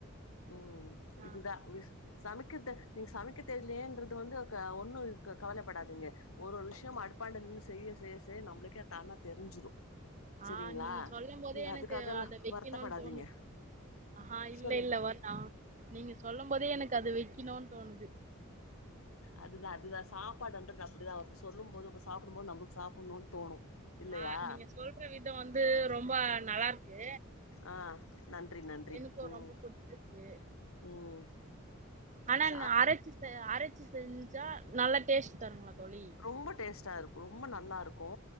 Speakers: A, on the left (about 90°); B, on the right (about 35°).
A: உம்
B: ஆ
A: இதுதா விஸ் சமைக்கத் தே நீ சமைக்க தெரியலையகின்றது வந்து க்க ஒன்னும் க்க கவலைப்படாதீங்க ஒரு ஒரு விஷயம் அடுப்பாண்டு நின்று செய்ய செய்ய செய்ய நம்மளுக்கே தானா தெரிஞ்சிரு
B: ஆஹ்
A: சரிங்களா
B: நீங்க சொல்லும் போதே
A: நீங்க
B: எனக்கு
A: அதுக்காகல்லா
B: அத வைக்கணும்னு
A: வருத்தப்படாதீங்க
B: தோணுது ஆஹா இல்ல
A: சொல்லுங்க
B: இல்ல வன் ஆ நீங்க சொல்லும் போதே எனக்கு அது வைக்கணுனு தோணுது
A: அதுதா அதுதா சாப்பாடுன்றது அப்படிதா ஒருதர் சொல்லுபோது சாப்டும்போது நம்மளுக்கு சாப்டணும்ன்னு தோணு இல்லையா
B: ஆஹ் நீங்க சொல்ற விதம் வந்து ரொம்ப நல்லாருக்கு
A: ஆ நன்றி நன்றி
B: எனக்கு
A: ம்
B: ரொம்ப புடிச்சிருக்கு
A: ம்
B: ஆனான்ன
A: சா
B: அரைச்சிச்செ அரைச்சு செஞ்சா நல்லா டேஸ்ட் தருங்களா தோழி
A: ரொம்ப டேஸ்டா இருக்கு ரொம்ப நல்லா இருக்கு கோ